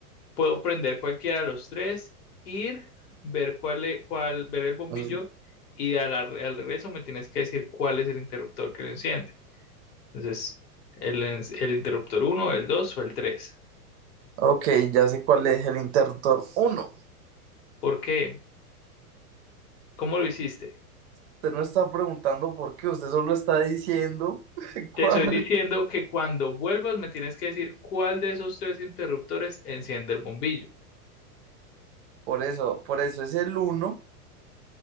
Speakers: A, on the left; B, on the right.
A: Puedo prender cualquiera de los tres, ir, ver cuál, e- cuál, ver el bombillo
B: Mm,
A: y al, ar- al regreso me tienes que decir cuál es el interruptor que lo enciende. Entonces, el, ens- el interruptor uno el 2 o el tres
B: Ok, ya sé cuál es el interruptor uno
A: ¿Por qué? ¿Cómo lo hiciste?
B: Usted no está preguntando por qué, usted solo está diciendo <laughs> cuál.
A: Te estoy diciendo que cuando vuelvas me tienes que decir cuál de esos tres interruptores enciende el bombillo.
B: Por eso, por eso es el uno